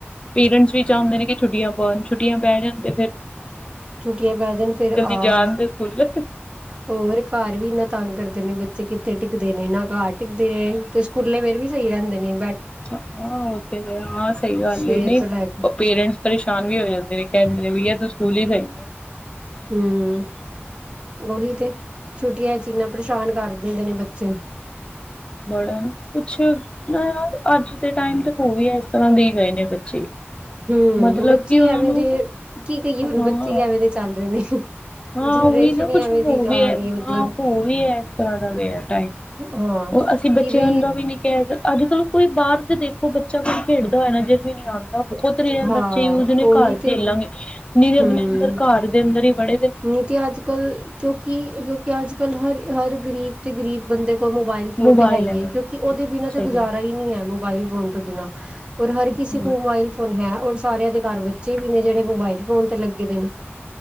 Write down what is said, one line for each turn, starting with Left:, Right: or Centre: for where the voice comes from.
Left: ਪੇਰੈਂਟਸ ਵੀ ਚਾਹੁੰਦੇ ਨੇ ਕਿ ਛੁੱਟੀਆਂ ਪਾਉਣ ਛੁੱਟੀਆਂ ਪੈ ਜਾਣ ਤੇ ਫੇਰ।
Right: ਛੁੱਟੀਆਂ ਪੈ ਜਾਣ ਫੇਰ ਆ
Left: ਜਾਣ ਤੇ ਸਕੂਲ
Right: ਹੋਰ ਘਰ ਵੀ ਇੰਨਾ ਤੰਗ ਕਰਦੇ ਨੇ ਬੱਚੇ ਕਿੱਥੇ? ਟਿੱਕਦੇ ਨੇ ਨਾ ਘਰ ਟਿੱਕਦੇ ਨੇ ਤੇ ਸਕੂਲੇ ਫੇਰ ਵੀ ਸਹੀ ਰਹਿੰਦੇ ਨੇ। ਨਹੀਂ।
Left: ਹਾਂ ਉਹ ਤੇ ਹਾਂ ਸਹੀ ਗੱਲ
Right: ਸਵੇਰ
Left: ਨਹੀਂ
Right: ਤੋਂ ਲੈ ਕੇ
Left: ਪੇਰੈਂਟਸ ਪਰੇਸ਼ਾਨ ਵੀ ਹੋ ਜਾਂਦੇ ਨੇ ਕਹਿੰਦੇ ਨੇ ਬਈਆ ਤੁਸੀਂ। ਮੂਲੀ ਖਾਈਏ।
Right: ਹੂੰ ਉਹੀ ਤੇ ਛੁੱਟੀਆਂ ਚ ਇੰਨਾ ਪਰੇਸ਼ਾਨ ਕਰਦੇ? ਦਿੰਦੇ ਨੇ ਬੱਚੇ।
Left: ਬੜਾ ਕੁੱਛ ਨਾ ਯਾਰ ਅੱਜ। ਟਾਈਮ ਤੇ ਹੋ ਵੀ ਇਸ ਤਰ੍ਹਾਂ ਦੇ ਗਏ ਨੇ ਬੱਚੇ।
Right: ਹੂੰ
Left: ਮਤਲਬ
Right: ਬੱਚੇ
Left: ਕਿ ਉਹਨਾਂ
Right: ਐਵੇਂ
Left: ਨੂੰ
Right: ਦੇ ਕੀ ਕਹੀਏ ਹੁਣ
Left: ਹਾਂ
Right: ਬੱਚੇ ਐਵੇਂ ਦੇ ਚੱਲ ਰਹੇ ਨੇ।
Left: ਹਾਂ
Right: ਜਨਰੇਸ਼ਨ
Left: ਉਹੀ ਨਾ
Right: ਹੀ
Left: ਕੁਛ
Right: ਐਵੇਂ ਦੀ
Left: ਹੋ ਵੀ
Right: ਆ
Left: ਹੈ
Right: ਰਹੀ ਮਤਲਬ
Left: ਹਾਂ ਹੋ ਵੀ ਹੈ ਇਸ ਤਰ੍ਹਾਂ ਦਾ ਗਈਆ ਟਾਈਮ
Right: ਹਾਂ
Left: ਉਹ ਅਸੀਂ ਬੱਚਿਆਂ
Right: ਕਿ ਬਈ
Left: ਦਾ ਵੀ ਨਹੀਂ। ਅੱਜ ਕੱਲ ਕੋਈ ਬਾਹਰ ਤੇ ਦੇਖੋ ਬੱਚਾ ਕੋਣ ਖੇਡਦਾ ਹੋਇਆ ਨਾ ਜਾ ਕੋਈ ਨਿਆਣਾ। ਖੁਦ ਰੇਅਰ
Right: ਹਾਂ
Left: ਬੱਚੇ ਉਸ ਦਿਨ
Right: ਉਹੀ
Left: ਘਰ
Right: ਤੇ
Left: ਖੇਲਾਂਗੇ। ਨ ਦੇ ਆਪਣੇ
Right: ਹੂੰ
Left: ਅੰਦਰ ਘਰ ਦੇ ਸ੍ਰਰੇ ਪੜ
Right: ਨਹੀਂ ਤੇ ਅੱਜ ਕੱਲ ਕਿਉਂਕਿ ਕਿਉਂਕਿ ਅੱਜ ਕੱਲ ਹਰ ਹਰ ਗ਼ਰੀਬ ਤੇ ਗਰੀਬ ਬੰਦੇ ਮੋਬਾਇਲ ਫੋਨ
Left: ਮੋਬਾਇਲ
Right: ਤੇ ਹੈ ਹੀਏ
Left: ਹੈਗਾ
Right: ਕਿਉਂਕਿ ਉਹਦੇ ਬਿਨਾਂ
Left: ਸਹੀ
Right: ਤੇ ਗੁਜ਼ਾਰਾ ਹੀ ਨਹੀਂੀ ਹੈ ਮੋਬਾਇਲ ਫੋਨ ਤੋਂ ਬਿਨਾ ਔਰ
Left: ਗੱਲ
Right: ਹਰ ਕਿਸੇ ਕੋਲ ਮੋਬਾਇਲ ਫੋਨ ਹੈ ਉਹਰ ਸਾਰਿਆਂ ਦੇ ਘਰ ਬੱਚੇ ਵੀ ਨੇ ਜਿਹੜੇ ਮੋਬਾਇਲ ਫੋਨ ਤੇ ਲੱਗੇ ਦੇ ਨੇ